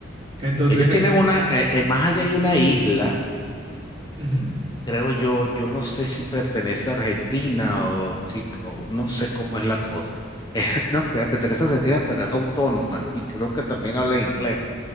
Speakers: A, on the right; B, on the left.
A: Entonces
B: Que ellos
A: es...
B: tienen una, eh, eh, más allá hay una isla
A: ujú.
B: Creo yo, yo no sé si pertenece a Argentina o, si- o no sé cómo es la cosa. Es- <laughs> no, que pertenece a Argentina, pero es autónoma y creo que también habla inglés.